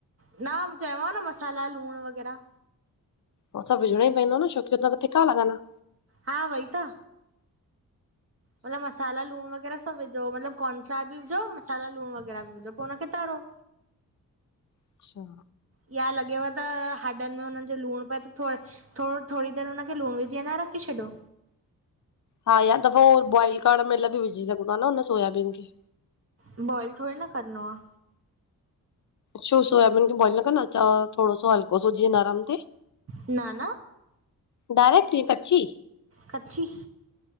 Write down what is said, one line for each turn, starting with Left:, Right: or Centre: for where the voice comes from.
Right: न, चयोमांव न, मसाला लूण वग़ैरा।
Left: हो सभु विझणोई पईंदो न, छो की उतां त फिका लॻनां।
Right: हा वई त। मतलब मसाला लूण वग़ैरा सब विझो, मतलब कॉनफ्लायर बि विझो मसाला लूण वग़ैरा विझो, पो उनखे तरो।
Left: अच्छा
Right: या लॻेव त, हाॾन में हुनन जे लूण पए त थोड़े थोडो, थोडी देर उनखे लूण विझी अनां रखी छॾो।
Left: हा या त पो, बॉइल करण महिल भी विझी सघूं ता न उन सोयाबीन खे।
Right: बॉइल थोड़ी न करनों आ।
Left: छो सोयाबीन खे बॉइल न कंदास, थोड़ो सो हलको सो जीएं नरम थे?
Right: न न
Left: डायरेक्ट ईंएं कच्ची?
Right: कची